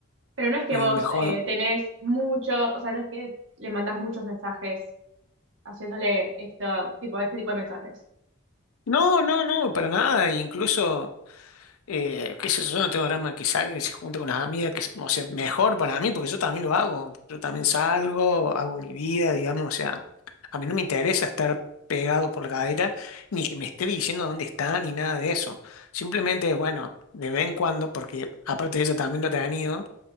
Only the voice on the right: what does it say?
Pero no es que
vos
eh, tenés mucho, o sea, no es que le mandás muchos mensajes haciéndole esto, tipo, este tipo de mensajes.